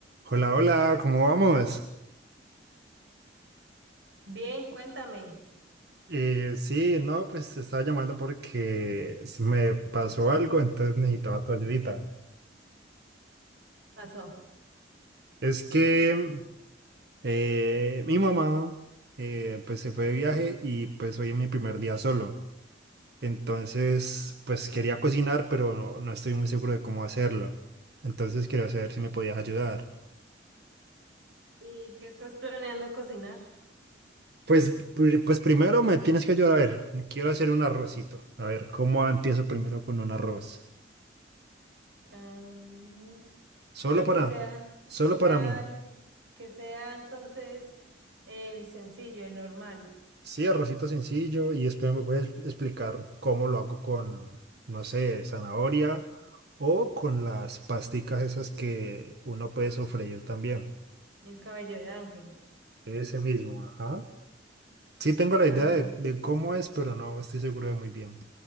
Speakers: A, on the right; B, on the right.
A: Hola, hola, ¿cómo vamos?
B: Bien, cuéntame, ¿qué
A: Eh, sí, no, pues te estaba llamando porque se me pasó algo, entonces necesitaba tu ayudita.
B: pasó?
A: Es que eh, mi mamá eh, pues se fue de viaje y pues hoy es mi primer día solo. Entonces, pues quería cocinar, pero no, no estoy muy seguro de cómo hacerlo. Entonces quería saber si me podías ayudar.
B: ¿Y qué estás planeando cocinar?
A: Pues, pri- pues primero me tienes que ayudar a ver, quiero hacer un arrocito. A ver, ¿cómo empiezo primero con un arroz?
B: Ah,
A: Solo
B: pero
A: para,
B: que sea,
A: solo
B: que sea,
A: para mí.
B: el- que sea entonces el sencillo, el normal,
A: Sí, arrocito sencillo y después me puedes explicar cómo lo hago con, no sé, zanahoria o con las pasticas esas que uno puede sofreír también.
B: el cabello de ángel.
A: Ese mismo, ajá. Sí tengo la
B: Ah,
A: idea de, de cómo es, pero no estoy seguro de muy bien.